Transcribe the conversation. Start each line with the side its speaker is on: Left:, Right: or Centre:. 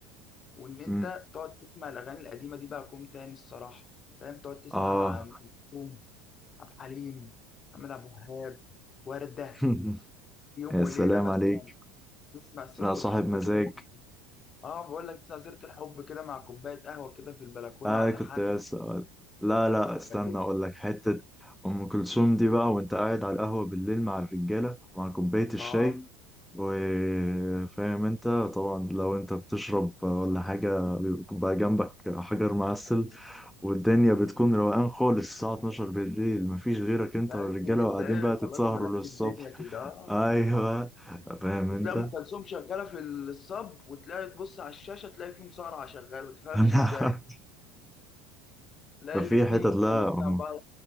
Left: وان انت
Centre: مم،
Left: تقعد تسمع الاغاني القديمه دي بقى كوم تاني الصراحه فاهم تقعد تسمع
Centre: آه
Left: ام كلثوم عبد الحليم محمد عبد الوهاب ورده
Centre: <laughs>
Left: يوم
Centre: يا
Left: وليله
Centre: سلام
Left: مثلا
Centre: عليك
Left: تسمع سيره
Centre: أنا صاحب
Left: الحب
Centre: مزاج
Left: كده مع... اه بقول لك تسمع سيره الحب كده مع كوبايه قهوه كده في البلكونه
Centre: آه
Left: ولا
Centre: كنت
Left: حاجه
Centre: بس لا لا استنى
Left: جميل
Centre: أقول لك حتة أم كلثوم دي بقى وأنت قاعد على القهوة بالليل مع الرجالة مع كوباية الشاي
Left: اه
Centre: وفاهم انت طبعا لو انت بتشرب ولا حاجة بيبقى جنبك حجر معسل والدنيا بتكون روقان خالص الساعة 12 بالليل مفيش غيرك انت
Left: تحس
Centre: والرجالة
Left: ان انت
Centre: وقاعدين
Left: ايه
Centre: بقى
Left: خلاص
Centre: تتسهروا
Left: ملكت
Centre: للصبح
Left: الدنيا كده
Centre: <laughs>
Left: اه
Centre: ايوه فاهم
Left: وتلاقي
Centre: انت
Left: ام كلثوم شغاله في الصب وتلاقي تبص على الشاشه تلاقي في مصارعه شغاله ما تفهمش
Centre: <laughs>
Left: ازاي <laughs> تلاقي
Centre: ففي
Left: الاتنين
Centre: حتت
Left: مختلفين
Centre: لا أم
Left: عن بعض